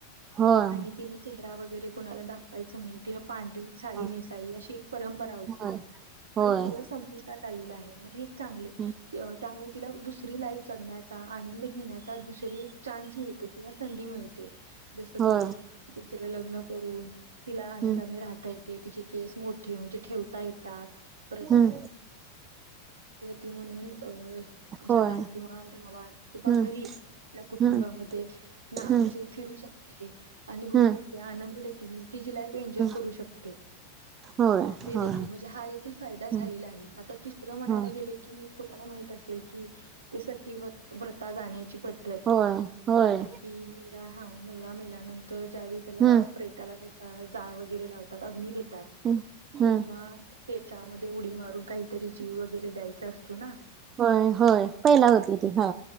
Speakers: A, on the right; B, on the right.
A: होय
B: आणि तिने चेहरा वगैरे कोणाला दाखवायच नाही तिने पांढरी साडी
A: होय
B: नेसाई अशी एक परंपरा होती
A: होय होय
B: ते सगळं संपुष्टात आहे म्हणजे एक चांगलं
A: होय
B: त्यामुळे तिला दुसरी लाईफ जण्यात आनंद घेण्याचा दुसर चान्स मिळतो किंवा संधी मिळते जस
A: होय
B: की दुसरं लग्न करून तिला आनंदाने
A: हम्म
B: राहत म्हण ठे यात त
A: हम्म
B: त म्हणून अ
A: होय
B: जगात किंवा गावात किंवा
A: हम्म
B: घरी आपल्या कुटुंबामध्ये
A: हम्म
B: ना
A: हम्म
B: म्हणजे फिरू शकते अनुभवू
A: हम्म
B: शकते आनंद देखील तिचीी लाईफ एन्जॉय
A: हम्म
B: करू शकते
A: होय.
B: हे
A: होय
B: देखील म्हणजे हा देखील फायदा झालेला
A: हम्म
B: आहे. आता तिसरं म्हणायला
A: होय
B: गेले की, तुम्हाला माहित असेल की- ते, सती व्रता जाण्याची पद्धत
A: होय होय
B: ह- हा नवरा मेल्यानंतर, ज्यावेळी त्याला
A: हम्म
B: प्रेताला त्याच्या जाळ वगैरे लावतात. अग्नी देत-
A: हम्म
B: तेव्हा
A: हम्म
B: त्याच्यामध्ये उडी मारून, काहीतरी जीव वगैरे द्यायचा असतो ना.
A: होय होय पहिला होती ती हा